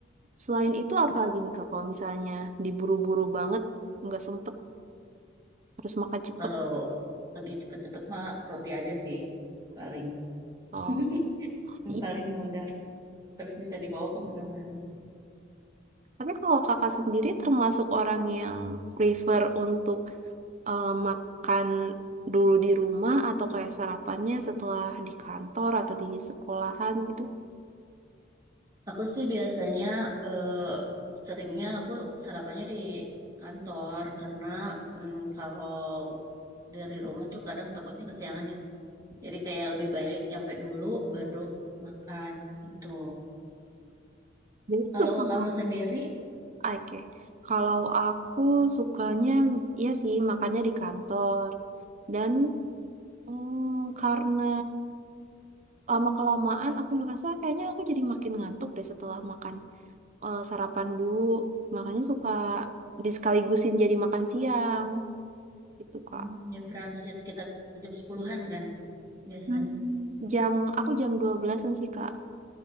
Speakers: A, on the right; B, on the right.
A: selain itu apa lagi nih Kak? Kalau misalnya diburu-buru banget, nggak sempet, harus makan cepet.
B: kalau lagi cepet-cepet mah roti aja sih paling
A: Oh,
B: <laughs> yang
A: iya.
B: paling mudah terus bisa dibawa kemana-mana.
A: Tapi kalau kakak sendiri termasuk orang yang prefer untuk eh, makan dulu di rumah atau kayak sarapannya setelah di kantor atau di sekolahan gitu?
B: Aku sih biasanya eh, seringnya aku sarapannya di kantor karena mm, kalau dari rumah tuh kadang takutnya kesiangan ya. Jadi kayak lebih baik nyampe dulu baru makan gitu.
A: Jadi suka
B: Kalau kamu
A: bak
B: sendiri
A: oke. Kalau aku sukanya iya sih makannya di kantor. Dan mm, karena lama kelamaan aku ngerasa kayaknya aku jadi makin ngantuk deh setelah makan eh, sarapan dulu. Makanya suka disekaligusin jadi makan siang gitu, Kak.
B: mm, ya brunch ya sekitar jam sepuluhan an kan biasanya.
A: Hmm, jam aku jam 12-an sih, Kak.